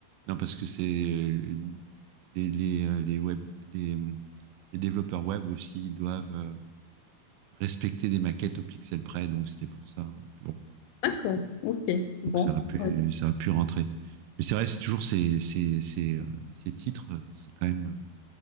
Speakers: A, on the right; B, on the left.
A: Non, parce que c'est euh, les, les, euh, les web, les, euh, les développeurs web aussi ils doivent euh, respecter des maquettes au pixel près, donc c'était pour ça. hein. Bon,
B: D'accord, ok, bon.
A: donc ça aurait pu,
B: Oui.
A: ça aurait pu rentrer. Mais c'est vrai, c'est toujours ces, ces, ces, euh, ces titres, euh, c'est quand même